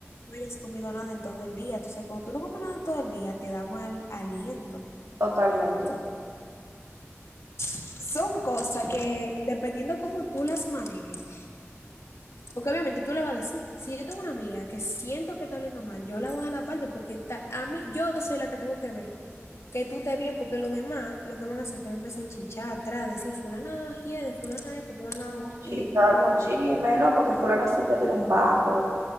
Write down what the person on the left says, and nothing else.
no hayas comido nada en todo el día. Tú sabes, cuando tú no comes nada en todo el día, te da mal aliento.
Entonces, son cosas que, dependiendo cómo tú las manejes, porque obviamente tú le vas a decir, si yo tengo una amiga que siento que está oliendo mal, yo la voy a la parte porque está, a mí, yo soy la que tengo que ver. Que tú te bien, porque los demás lo que van a hacer es que me empiecen a chinchar atrás, decir fulana de fulana esto, fulana otro.
Y yo,
perdón.